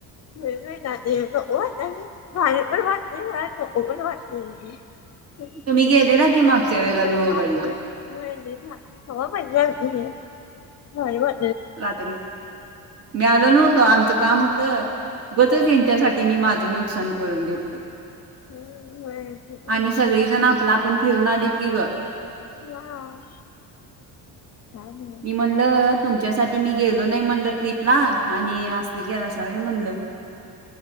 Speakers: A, on the left; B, on the right.
A: हो ना हो माझ पण वाच नाही झा पण वाच नाही हो,
B: तुम्ही गेलेला की मागच्या वेळेला
A: हो
B: लोहगडला
A: म हो हवा माज झाल <unintelligible> होय होय.
B: रात्री मी आलो नव्हतं आमचं काम होतं. बच
A: हा
B: यांच्यासाठी मी माझं नुकसान करून घेतलो.
A: हम्म होय ते पण
B: आणि
A: आहे.
B: सगळेजण आपला आपण फिरून आलेत की ग.
A: हा. काय नाही
B: मी म्हणल
A: हा
B: तुमच्यासाठी मी गेलो नाही म्हणलं ट्रीप ला. आणि असत केला सवय म्हणलं.